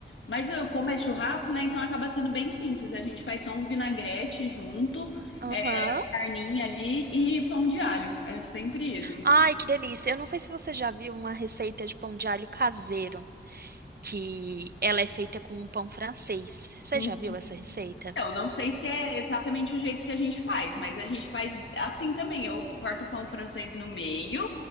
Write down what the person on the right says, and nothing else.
Aham.
Ai, que delícia. Eu não sei se você já viu uma receita de pão de alho caseiro. que ela é feita com um pão francês. Você
já viu essa receita?